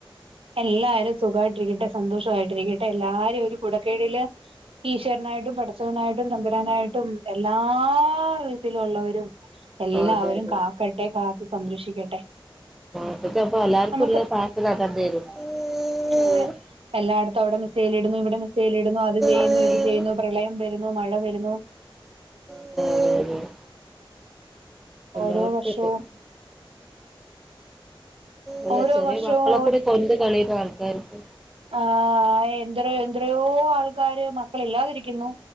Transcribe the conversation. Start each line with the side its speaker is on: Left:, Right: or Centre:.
Right: എല്ലാരും സുഖായിട്ടിരിക്കട്ടെ സന്തോഷയിട്ടിരിക്കട്ടെ എല്ലാരും ഒരു കുടക്കിഴില് ഈശ്വരനായിട്ടും, പഠച്ചവനായിട്ടും, തമ്പുരാനായിട്ടും, എല്ലാ വിതത്തിലൊള്ളവരും, എല്ലാവരും
Centre: അതെ അതെ
Right: കാക്കട്ടെ, കാത്ത് സംരക്ഷിക്കട്ടെ,
Centre: ഇപ്പത്തെ അപ്പൊ എല്ലാർക്കും
Right: നമക്ക്
Centre: ഉള്ള പ്രാർത്ഥന അതന്നേനു ഉം
Right: അതെ എല്ലായിടത്തും അവ്ടെ മിസയിൽ ഇട്ന്നു. ഇവ്ടെ മിസയിൽ ഇട്ന്നു. അത് ചെയ്യുന്നു
Centre: അതെ
Right: ഇത്
Centre: അതെ
Right: ചെയ്യുന്നു പ്രളയം വര്ന്നു മഴ വര്ന്നു
Centre: <inaudible> എല്ലായിടത്തും
Right: ഓരോ വർഷവും
Centre: ഉണ്ട് അല്ല
Right: ഓരോ
Centre: ചെറിയ
Right: വർഷവും
Centre: മക്കളെ കൂടി കൊന്ന് കളയുന്ന ആൾക്കാര്ണ്ട്
Right: ആ എദ്രയോ എദ്രയോ ആൾക്കാര് മക്കള്ല്ലാതിരിക്കുന്നു